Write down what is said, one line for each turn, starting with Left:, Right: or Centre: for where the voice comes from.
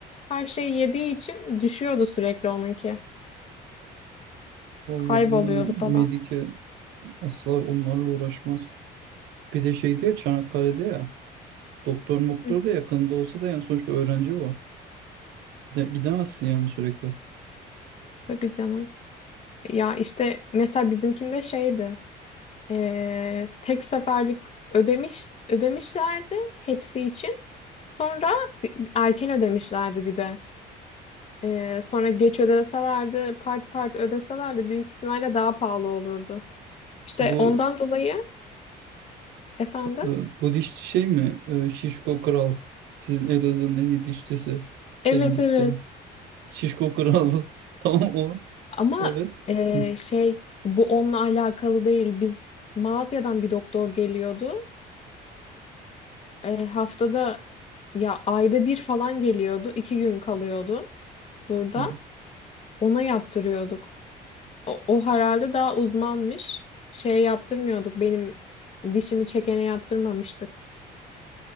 Left: her şeyi yediği için düşüyordu sürekli onunki.
Right: Vallahi
Left: Kayboluyordu
Right: bilmiyorum.
Left: falan.
Right: Melike asla onlarla uğraşmaz. Bir de şeydi ya Çanakkale'de ya. Doktor moktor
Left: Hı, hı.
Right: da yakında olsa da yani sonuçta öğrenci o. Gide- Gidemezsin yani sürekli.
Left: tabii canım. Ya işte mesela bizimkinde şeydi. eee, tek seferlik ödemiş ödemişlerdi hepsi için. Sonra erken ödemişlerdi bir de. Eee, sonra geç ödeselerdi, part part ödeselerdi büyük ihtimalle daha pahalı olurdu. İşte
Right: Bu
Left: ondan dolayı efendim.
Right: Ee, Bu dişçi şey mi? Ee, Şişko Kral. Sizin Elazığ'ın en iyi dişçisi.
Left: Evet
Right: Senin gittiğin.
Left: evet.
Right: Şişko Kral. <laughs> Tamam o.
Left: Ama
Right: Evet.
Left: eee,
Right: Hı,
Left: şey bu onunla alakalı değil. Biz Malatya'dan bir doktor geliyordu. E, haftada ya ayda bir falan geliyordu. iki gün kalıyordu burada.
Right: tamam.
Left: Ona yaptırıyorduk. O, o herhalde daha uzmanmış. Şey yaptırmıyorduk. Benim dişimi çekene yaptırmamıştık.